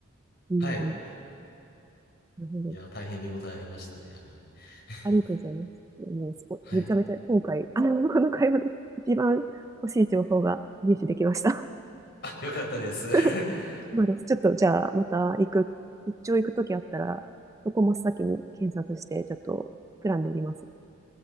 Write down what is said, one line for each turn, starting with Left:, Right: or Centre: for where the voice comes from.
Right: うん、
Left: はい。
Right: うんなるほど。
Left: いや、大変見応えありましたね、あれはね。<laughs>
Right: ありがとうございます。もうすご、
Left: はい。
Right: めちゃめちゃ今回、あの、この会話で一番欲しい情報が入手できました。
Left: あ、よかったです。
Right: <laughs>
Left: <laughs>
Right: そうです。ちょっと、じゃあ、また行く、出張行くときあったら、そこ真っ先に検索して、ちょっと、プラン練ります。